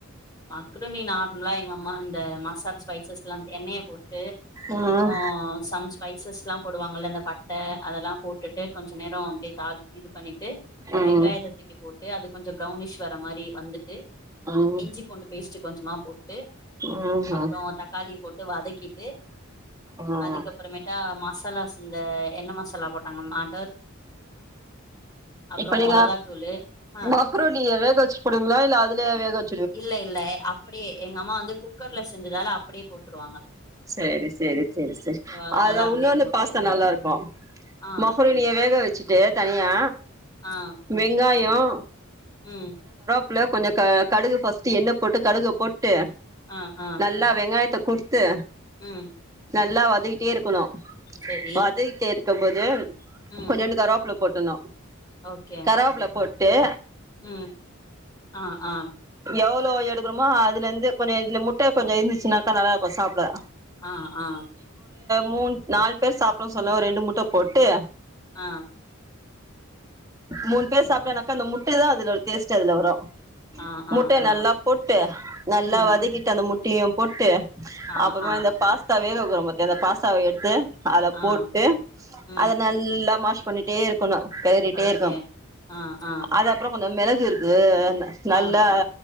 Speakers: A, on the left (about 20°); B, on the right (about 15°).
A: மக்ரூனி நார்மலா எங்க அம்மா இந்த மசாலா ஸ்பைசஸ்லா எண்ணெய்ய போட்டு
B: ம்
A: அப்புறோ சம் ஸ்பைசஸ் எல்லா போடுவாங்கள இந்த பட்ட அதெல்லா போட்டு டு கொஞ்ச நேரோ அப்டியே தாளி இது பண்ணிட்டு
B: ம்
A: வெங்காயத்த தூக்கி போட்டு அது கொஞ்சோ ப்ரௌனிஷ் வர மாரி வந்துட்டு
B: ம்
A: இஞ்சி பூண்டு பேஸ்ட்டு கொஞ்சமா போட் ட்டு
B: ம்ஹும்
A: அப்புறோ தக்காளி போட்டு வதக்கிட்டு
B: ம்
A: அதுக்கப்புறமேட்டா மசாலாஸ் இந்த எண்ண மசாலா போட் தங்கம் ஆட் அப்புறோ
B: இப்ப நீங்க
A: மொளகாத்தூளு ஆ
B: மக்ரூனிய வேக வச்சி போடுவிங்களா இல்ல அதுலய வேக வெச்
A: இல்ல இல்ல அப்டியே எங்க அம்மா வந்து குக்கர்ல செஞ்சது அதால அப்டியே போட்டுருவாங்க
B: செரி செரி செரி செரி
A: சோ அதனால
B: அதுல
A: அப்படியே
B: உன்னொன்னு
A: போட்டு
B: பாஸ்தா நல்லாருக்கோ
A: ஆ
B: மக்ரோனிய வேக வச்சிட் ட்டு தனியா
A: ஆ
B: வெங்காயோ அஹ்
A: ம்
B: புல கொஞ்ச க கடுகு ஃபர்ஸ்ட்டு எண்ண போட்டு கடுகப் போட் ட்டு
A: ஆ ஆ
B: நல்லா வெங்காயத்தப் குருத்து
A: ம்
B: நல்லா வதக்கிட்டேருக்கணு
A: செரி
B: வதக்கிட்டேருக் தொம்பது
A: ம்
B: கொஞ்சண்டு கரோப்ல கொட்டணு
A: ஓகே
B: கருவாப்ல போட் டே
A: ம் ம் அஹ் அஹ்
B: எவ்ளோ எடுக்கிறோமோ அதுலந்து கொஞ்சு இதுல முட்டை கொஞ்சு இருந்துச்சுனாக்கா நல்லா இருக்கும் சாப்ட.
A: ஆ ஆ
B: மூண் நால் பேர் சாப்பிட சொல்லோ ரெண்டு முட்டை போட்டு
A: ஆ
B: மூண் பேர் சாப்பிட்டனாக்கா அந்த முட்டை தா அதுல பேஸ்ட் அதுல வரு
A: ஆ ஆ
B: முட்டை
A: ஆ
B: நல்லா போட்டு நல்லா
A: ம்
B: வதக்கிட்டு அந்த முட் டீயும் போட்டு
A: ஆ
B: அப்புறமா
A: ஆ
B: இந்த பாஸ்தா வேக <unintelligible> அந்த பாஸ்தாவ எடுத்து அத
A: ஆ
B: போட்டு
A: ம்
B: அத நல்லா மாஷ் பண்ணிட்டே இருக்கணு கேளறிட்டே
A: ஓகே
B: இருக்கு
A: ஆ ஆ
B: அது அப்புறோ- கொஞ்சு மேளகு இருக்கு நல்லா
A: ஆ